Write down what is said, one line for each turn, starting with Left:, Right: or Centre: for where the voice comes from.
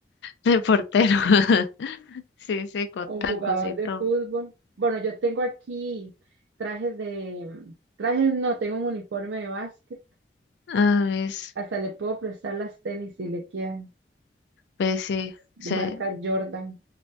Left: de portero. <laughs> Sí, sí, con
Right: Un
Left: tacos
Right: jugador
Left: y todo.
Right: de fútbol. Bueno, yo tengo aquí trajes de... Trajes no, tengo un uniforme de básquet.
Left: Ah, ver.
Right: Hasta le puedo prestar las tenis si le quedan.
Left: Pues sí,
Right: De
Left: se...
Right: marca Jordan.